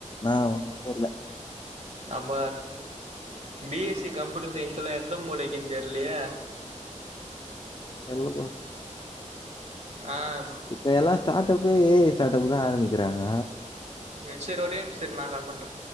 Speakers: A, on the left; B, on the right.
A: நா ஒண்ணும்மே இல்
B: அப பிஎஸ்சி கம்ப்யூட்டர் சயின்ஸ்லா எந்த மூளைக்குன் தெரிலயே
A: எல்லப்ப
B: ஆ ஆ
A: இப்பல்லா ஸ்டார்ட்டப்பே ஏஐ ஸ்டார்ட அப் தா ஆரம்பிக்கிறாங்க
B: ம் செரி ஒரே நிமிஷோ இரு நா கால் பண்றே